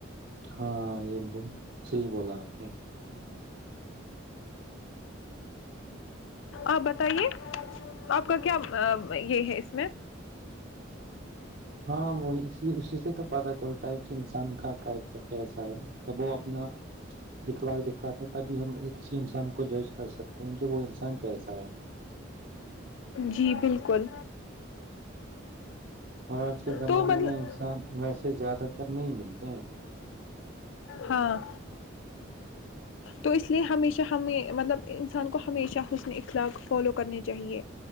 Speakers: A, on the right; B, on the left.
A: ہاں یہ صی بولا آپ نے
B: آپ بتائیے آپ کا کیا یہ ہے اس میں
A: ہاں وہ اسی اسی سے تو پتا چلتا ہے کہ انسان کا کیریکٹر کیسا ہے جب وہ اپنا دکھ لاک د کاتے تبھی ہم کسی انسان کو جج کر سکتے ہیں کہ وہ انسان کیسا ہے
B: جی بالکل
A: اور آج کے زمانے
B: تو مطلب
A: میں انسان ویسے زیادہ تر نہیں ملتے تو
B: ہاں تو اس لیے ہمیشہ ہم مطلب انسان کو ہمیشہ حسن اخلاق فالو کرنے چاہیے